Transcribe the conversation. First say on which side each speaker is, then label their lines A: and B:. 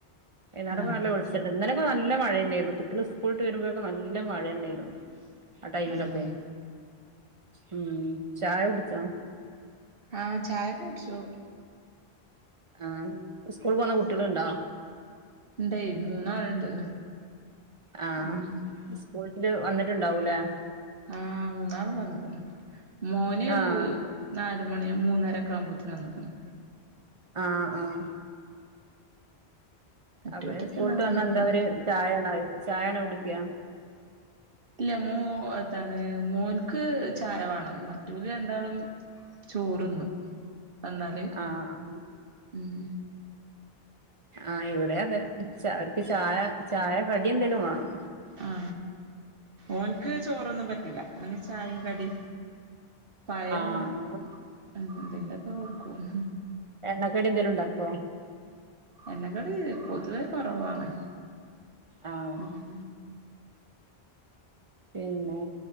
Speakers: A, on the right; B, on the right.
A: വൈന്നേരം ഇപ്പം
B: ആഹ്
A: നല്ല വെളിച്ചെണ്ട് ഇന്നാല ഇപ്പ നല്ല മഴയെന്നെയരുന്നു കുട്ടികള് സ്കൂളിട്ട് വരുമ്പോഴൊക്കെ നല്ല മഴ തന്നെയായിരുന്നു ആ ടൈമിലൊക്കെ
B: ആഹ്
A: ഉം ചായകുടിച്ചോ
B: ആ ചായക്കെകുടിച്ചു
A: ആ സ്കൂൾപോക്ന്നകുട്ടികൾണ്ടോ
B: ഇണ്ടേ മൂന്നാള്ണ്ട്
A: ആ
B: ഉം
A: സ്കൂളിട്ടിട്ട് വന്നിട്ടുണ്ടാവൂലേ
B: ആ മൂന്നാളും വന്ന്ക്ക്ണ് മോന്
A: ആഹ്
B: നാല് മണി മൂന്നരക്കാവുമ്പോത്തിന് വന്ന്ക്ക്ണ്
A: ആഹ് ആഹ്
B: മറ്റോലൊക്കെ
A: അപ്പൊ സ്കൂൾട്ട്
B: നാല്
A: വന്നാ
B: മണി
A: എന്താവര്
B: കഴിയും
A: ചായണൊ <inaudible> ചായണൊ കുടിക്ക
B: ഇല്ല മോ എത്താണ് മോൻക്ക് ചായവാണം മറ്റൊല് രണ്ടാളും ചോറ്ന്നും വന്നാല്
A: ആഹ് ആഹ്
B: ഉം
A: ആ ഇവിടിയതെ <unintelligible> അവർക്ക്ചായ ചായ കടിയെന്തെങ്കിലും വാണം
B: ആ ഓൻക്ക്ചോറൊന്നുംപറ്റൂല അവന്ചായിംകടി പയം
A: ആഹ്
B: <inaudible> ന്തെങ്കിലൊക്കെ വെക്കും
A: എണ്ണക്കടിയെന്തേലും ഉണ്ടാക്കോ
B: എണ്ണക്കടി പൊതുവേകൊറവാണ്
A: ആഹ്
B: ഉം
A: പിന്നെ